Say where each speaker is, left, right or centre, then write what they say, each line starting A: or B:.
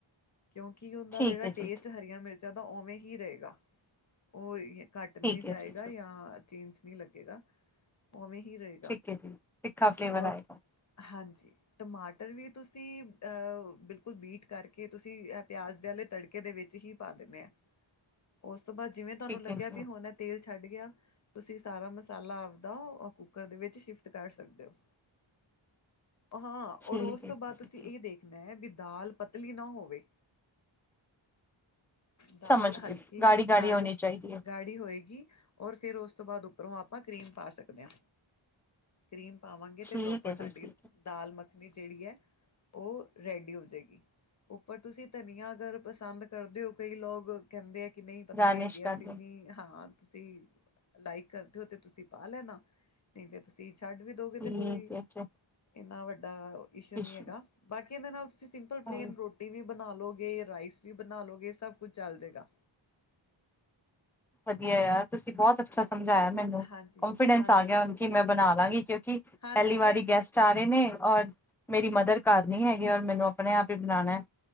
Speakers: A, on the left; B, in the centre.
A: ਕਿਉਂਕਿ ਉਹਦਾ
B: ਠੀਕ
A: ਜਿਹੜਾ
B: ਹੈ
A: ਟੇਸਟ
B: ਜੀ
A: ਹਰੀਆਂ ਮਿਰਚਾਂ ਦਾ ਉਵੇਂ ਹੀ ਰਹੇਗਾ। ਉਹ ਘੱਟ
B: ਠੀਕ
A: ਨਹੀ
B: ਹੈ
A: ਜਾਏਗਾ
B: ਜੀ
A: ਯਾ ਚੇਂਜ ਨਹੀ ਲੱਗੇਗਾ ਉਹਵੇਂ ਹੀ ਰਹੇਗਾ।
B: ਠੀਕ ਹੈ ਜੀ ਤਿੱਖਾ ਫਲੇਵਰ
A: ਔਰ
B: ਆਏਗਾ।
A: ਹਾਂਜੀ ਟਮਾਟਰ ਵੀ ਤੁਸੀ ਬਿਲਕੁਲ ਬੀਟ ਕਰਕੇ ਤੁਸੀਂ ਪਿਆਜ ਦੇ ਆਲੇ ਤੜਕੇ ਦੇ ਵਿੱਚ ਹੀ ਪਾ ਦੇਣ ਆ ਉਸ ਤੋਂ ਬਾਅਦ ਜਿਵੇਂ ਤੁਹਾਨੂੰ
B: ਠੀਕ
A: ਲੱਗਿਆ
B: ਹੈ ਜੀ
A: ਵੀ ਹੁਣ ਤੇਲ ਛੱਡ ਗਿਆ ਤੁਸੀ ਸਾਰਾ ਮਸਾਲਾ ਆਪਦਾ ਕੁੱਕਰ ਦੇ ਵਿੱਚ ਸ਼ਿਫਟ ਕਰ ਸਕਦੇ ਹੋ।
B: <inaudible>
A: ਹਾਂ,
B: ਠੀਕ
A: ਔਰ ਉਸ ਤੋਂ
B: ਹੈ ਠੀਕ
A: ਬਾਅਦ ਤੁਸੀਂ
B: ਹੈ
A: ਇਹ ਦੇਖਣਾ ਹੈ ਵੀ ਦਾਲ ਪਤਲੀ ਨਾ ਹੋਵੇ। ਦਾਲ
B: ਸਮਝ ਗਏ
A: ਹਲਕੀ ਗਾੜੀ
B: ਹੋਣੀ ਚਾਹੀਦੀ ਹੈ
A: ਗਾੜੀ ਹੋਏਗੀ ਔਰ ਫੇਰ ਉਸ ਤੋਂ ਬਾਅਦ ਉੱਪਰੋਂ ਆਪਾਂ ਕਰੀਮ ਪਾ ਸਕਦੇ ਹਾਂ। ਕਰੀਮ ਪਾਵਾਂਗੇ ਤੇ
B: ਠੀਕ
A: ਪ੍ਰੋਪਰ
B: ਹੈ
A: ਸਾਡੀ
B: ਜੀ ਠੀਕ ਹੈ
A: ਦਾਲ ਮੱਖਣੀ ਜਿਹੜੀ ਹੈ ਉਹ ਰੈਡੀ ਹੋ ਜਾਵੇਗੀ ਉੱਪਰ ਤੁਸੀਂ ਧਨੀਆ ਅਗਰ ਪਸੰਦ ਕਰਦੇ ਹੋ ਕਈ ਲੋਕ ਕਹਿੰਦੇ ਆ ਕਿ ਨਹੀ ਪੱਤੇ
B: ਗਾਰਨਿਸ਼
A: ਹੈਗੇ
B: ਕਰ
A: ਅਸੀਂ
B: ਲਓ
A: ਨਹੀਂ ਹਾਂ। ਤੁਸੀ ਲਾਈਕ ਕਰਦੇ ਹੋ ਤੇ ਤੁਸੀ ਪਾ ਲੈਣਾ ਨਹੀ ਤੇ ਤੁਸੀਂ ਛੱਡ ਵੀ ਦੋ
B: ਠੀਕ
A: ਗੇ ਤੇ ਕੋਈ
B: ਹੈ ਜੀ
A: ਇੰਨਾ ਵੱਡਾ ਇਸ਼ੂ
B: ਟਿਸ਼ੂ
A: ਨਹੀ ਹੈਗਾ ਬਾਕੀ ਇਹਦੇ ਨਾਲ ਤੁਸੀ ਸਿੰਪਲ ਪਲੇਨ
B: ਹਾਂ,
A: ਰੋਟੀ ਵੀ ਬਣਾ ਲੋਗੇ, ਰਾਈਸ ਵੀ ਬਣਾ ਲੋਗੇ ਸਭ ਕੁੱਝ ਚੱਲ ਜੇਗਾ।
B: ਵਧੀਆ ਯਾਰ ਤੁਸੀਂ ਬਹੁਤ ਅੱਛਾ ਸਮਝਾਇਆ। ਮੈਨੂੰ
A: ਹਾਂਜੀ,
B: ਕੋਂਫੀਡੈਂਸ
A: ਹਾਂਜੀ,
B: ਆ ਗਿਆ ਹੁਣ ਕਿ ਮੈਂ ਬਣਾ ਲਾਂਗੀ ਕਿਉਂਕਿ ਪਹਿਲੀ
A: ਹਾਂਜੀ ਨਹੀਂ
B: ਵਾਰੀ ਗੈਸਟ ਆ ਰੇ ਨੇ ਔਰ ਮੇਰੀ ਮਦਰ ਘਰ ਨੀ ਹੈਗੀ ਔਰ ਮੈਨੂੰ ਆਪਣੇ ਆਪ ਹੀ ਬਣਾਉਣਾ।